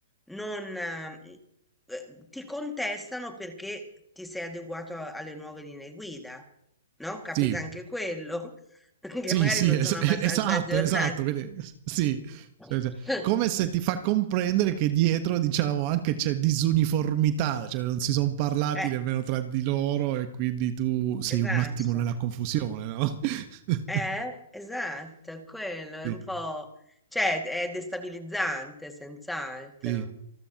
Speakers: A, in the centre; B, on the right.
A: non, eh, eh, ti contestano perché ti sei adeguato a- alle nuove linee guida, no? Capita
B: Sì,
A: anche quello. <laughs> che
B: sì,
A: magari
B: sì,
A: non
B: es-
A: sono abbastanza
B: <laughs> esatto,
A: aggiornati.
B: esatto. Quindi, sì,
A: <laughs>
B: Cioè, cioè, come se ti fa comprendere che dietro, diciamo, anche c'è disuniformità, cioè non si sono parlati
A: Eh,
B: nemmeno tra di loro e quindi tu sei
A: esatto.
B: un attimo nella confusione, no? <laughs>
A: Eh, esatto, è quello è
B: sì,
A: un po', cioè è destabilizzante, senz'altro.
B: sì.